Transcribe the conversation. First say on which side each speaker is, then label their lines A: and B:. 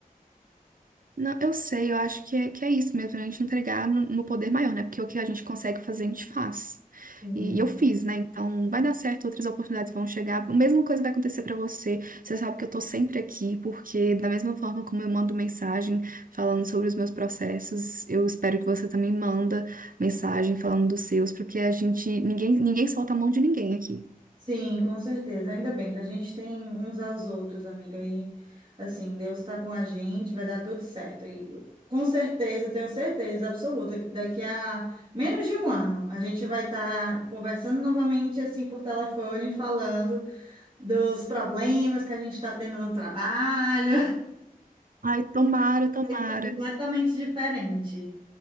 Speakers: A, on the right; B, on the right.
A: Não, eu sei, eu acho que é, que é isso mesmo, né? a gente entregar no, no poder maior, né? Porque o que a gente consegue fazer, a gente faz.
B: Sim.
A: E, e eu fiz, né? Então vai dar certo, outras oportunidades vão chegar. A mesma coisa vai acontecer pra você. Você sabe que eu tô sempre aqui, porque da mesma forma como eu mando mensagem falando sobre os meus processos, eu espero que você também manda mensagem falando dos seus, porque a gente, ninguém, ninguém solta a mão de ninguém aqui.
B: Sim, com certeza. Ainda bem que a gente tem uns aos outros, amiga. E assim, Deus está com a gente, vai dar tudo certo. E com certeza, tenho certeza absoluta que daqui a menos de um ano a gente vai estar conversando novamente assim por telefone, falando dos problemas que a gente está tendo no trabalho.
A: Ai, tomara,
B: <laughs>
A: tomara.
B: Vai ser completamente diferente.